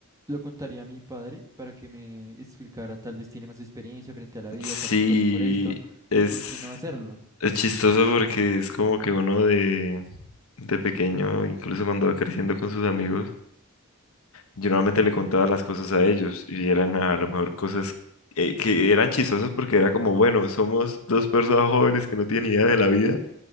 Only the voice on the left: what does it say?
Sí,
es,
es chistoso porque
es como que uno de, de pequeño, incluso cuando va creciendo con sus amigos, yo normalmente le contaba las cosas a ellos y eran a lo mejor cosas eh, que eran chistosas porque era como, bueno, somos dos personas jóvenes que no tienen idea de la vida